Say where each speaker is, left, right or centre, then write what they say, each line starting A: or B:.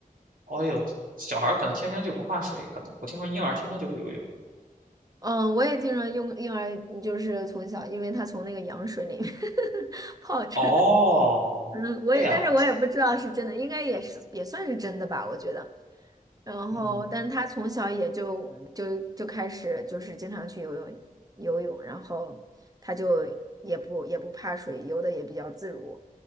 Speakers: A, on the right (about 70°); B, on the right (about 25°).
A: 哦呦，小孩儿可能天生就不怕水，可能我听说婴儿天生就会游泳。
B: 嗯，我也听说婴婴儿就是从小，因为他从那个羊水里面 <laughs> 泡着，
A: 哦，
B: 嗯，我也，
A: 这样。
B: 但是我也不知道是真的，应该也是也算是真的吧，我觉得。然后，
A: 嗯
B: 但是他从小也就就就开始就是经常去游泳游泳，然后他就也不也不怕水，游的也比较自如。